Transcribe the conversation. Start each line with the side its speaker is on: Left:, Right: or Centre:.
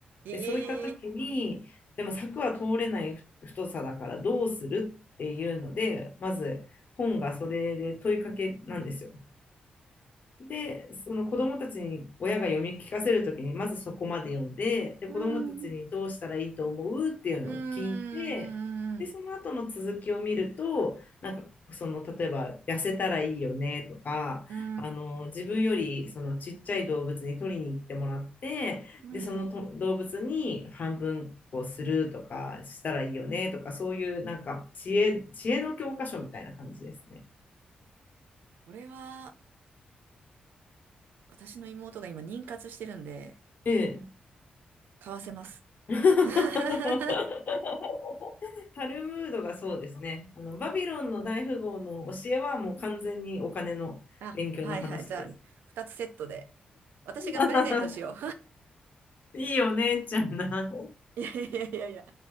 Right: ええ
Left: で、そういった時に、でも柵は通れないふ太さだからどうするっていうので、まず本がそれで問いかけなんですよ。で、その子供たちに親が読み聞かせるときに、まずそこまで読んで、で、
Right: うん、
Left: 子供たちにどうしたらいいと思うっていうのを聞いて、
Right: うんうん、
Left: で、
Right: う
Left: その後の続きを見ると、なんか、その、例えば、痩せたらいいよねとか、
Right: ん、
Left: あの、自分より、その、ちっちゃい動物に取りに行ってもらって、
Right: うん。
Left: で、そのと動物に半分、こうするとかしたらいいよねとか、そういうなんか知恵、知恵の教科書みたいな感じですね。
Right: これは、私の妹が今妊活してるんで、
Left: ええ。
Right: 買わせます。
Left: <laughs>
Right: <laughs>
Left: タルムードがそうですね。あのバビロンの大富豪の教えはもう完全にお金の勉強の話です。
Right: あ、はいはい。じゃあ、二つセットで。私がプレゼントしよ
Left: <laughs> いいお姉ちゃんな。
Right: う。<laughs> いやいやいやいや。